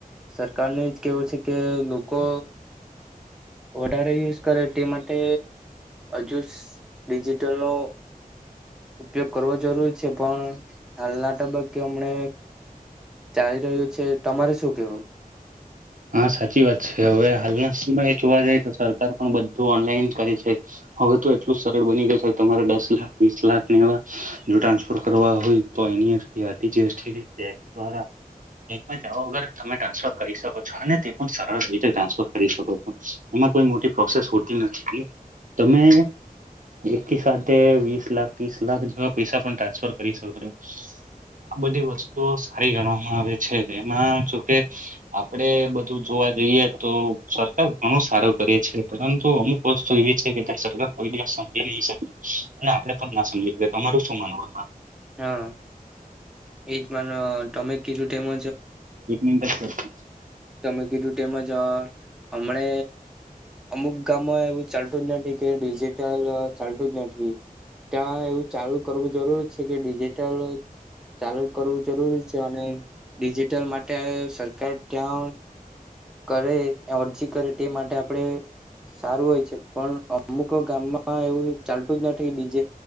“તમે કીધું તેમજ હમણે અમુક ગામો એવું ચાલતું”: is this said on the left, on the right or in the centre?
Centre